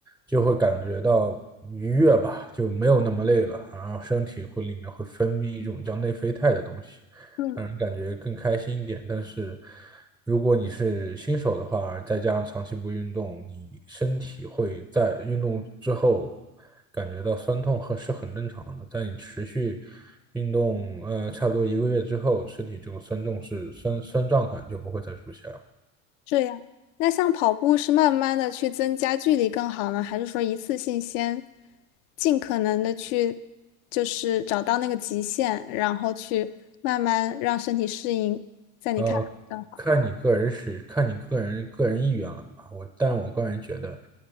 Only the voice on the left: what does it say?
嗯。
这样，那像跑步是慢慢的去增加距离更好呢，还是说一次性先尽可能的去，就是找到那个极限，然后去慢慢让身体适应，在你看来更好